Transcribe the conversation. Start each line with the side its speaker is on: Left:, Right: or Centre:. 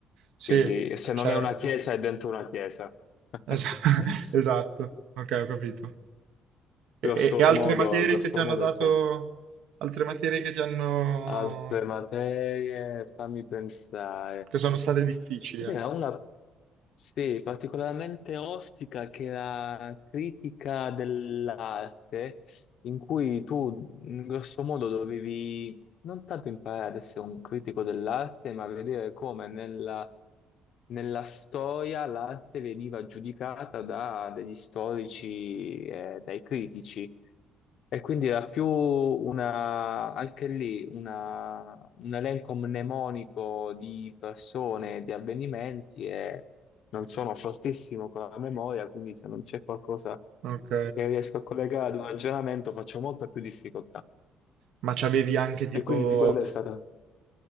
Right: sì,
Left: Quindi se
Right: certo.
Left: non è una chiesa, è dentro una chiesa. <laughs>
Right: Esa- <laughs> esatto, ok, ho capito.
Left: Grosso
Right: E, e- e altre
Left: modo,
Right: materie
Left: grosso
Right: che ti hanno
Left: modo
Right: dato,
Left: è quello.
Right: altre materie che ti hanno,
Left: Altre materie, fammi pensare.
Right: che sono state
Left: Ce
Right: difficili, ecco.
Left: n'era una, sì, particolarmente ostica che era critica dell'arte, in cui tu in grosso modo dovevi non tanto imparare ad essere un critico dell'arte, ma vedere come nella, nella storia l'arte veniva giudicata da degli storici e dai critici. E quindi era più una, anche lì una- un elenco mnemonico di persone, di avvenimenti e non sono fortissimo con la memoria, quindi se non c'è qualcosa
Right: Ok.
Left: che riesco a collegare ad un ragionamento faccio molta più difficoltà.
Right: Ma c'avevi anche tipo...
Left: E quindi quella è stata...